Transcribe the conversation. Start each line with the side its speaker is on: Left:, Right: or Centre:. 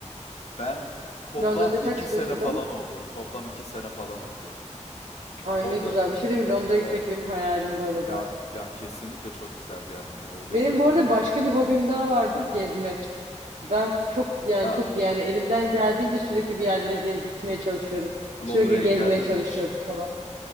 Left: Ben toplam
Right: Londra'da kaç
Left: 2 sene
Right: yıl yaşadın?
Left: falan oldu. Toplam 2 sene falan oldu.
Right: Ay
Left: Orada
Right: ne güzel bir şey değil mi? Londra'ya gitmek
Left: evet
Right: benim hayalim bu arada.
Left: ya ya kesinlikle çok güzel bir yer hani öyle
Right: Benim
Left: söyleyeyim.
Right: bu arada başka bir hobim daha vardır, gezmek. Ben çok yani
Left: Ha,
Right: çok yani elimden geldiğince sürekli bir yerlere ge- gitmeye çalışıyorum.
Left: Londra'ya
Right: Sürekli gezmeye
Left: geldin
Right: çalışıyorum
Left: mi hiç?
Right: falan.